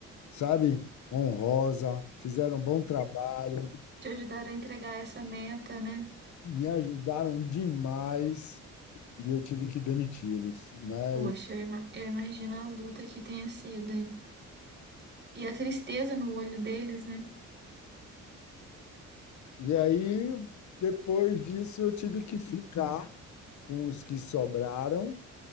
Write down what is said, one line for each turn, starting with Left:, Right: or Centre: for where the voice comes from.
Left: sabe, honrosa, fizeram um bom trabalho,
Right: Te ajudaram a entregar essa meta, né?
Left: me ajudaram demais e eu tive que demiti-los, né?
Right: Poxa,
Left: E
Right: eu ima- eu imagino a luta que tenha sido, hein? E a tristeza no olho deles, né?
Left: E aí, depois disso, eu tive que ficar com os que sobraram,